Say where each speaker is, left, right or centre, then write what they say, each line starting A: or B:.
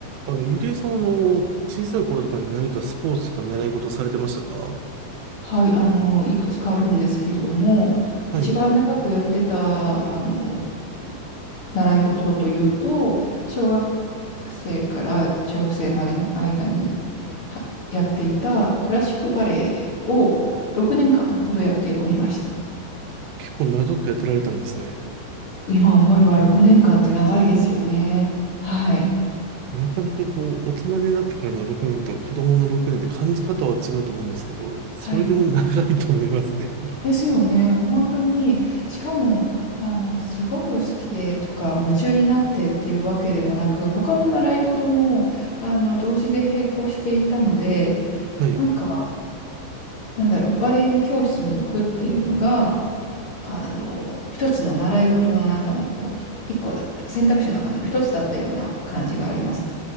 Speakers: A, on the right; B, on the left.
A: あの、ゆりえさんは、あの、小さい頃とかに何かスポーツとか習い事されてましたか
B: はい、あの、いくつかあるんですけれども、
A: はい。
B: 一番長くやってた、あの、習い事というと、小学生から中学生までの間にはやっていたクラシックバレエを6年間ほどやっておりました。
A: 結構長くやってられたんですね。
B: 今思えば6年間って長いですよね。はい。
A: なかなかこう、大人になってからの6年と子供の6年って感じ方は違うと思うんですけど、それでも長いと思いますね。
B: はい。ですよね。本当に、しかも、あの、すごく好きでとか、夢中になってっていうわけでもなく、他の習い事も、あの、同時で並行していたので、
A: はい。
B: なんか、なんだろう、バレエ教室に行くっていうのが、あの、一つの習い事の中の、こう、ひ一個だった、選択肢の中の一つだったような感じがあります。